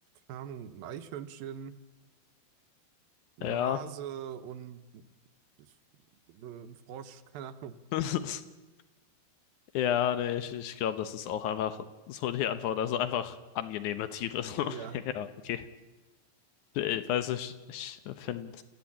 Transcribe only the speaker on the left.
ja.
<laughs> Ja, nee, ich, ich glaube, das ist auch einfach so die Antwort. Also einfach angenehme Tiere.
<laughs> So. Ja, okay. Ich weiß nicht, ich finde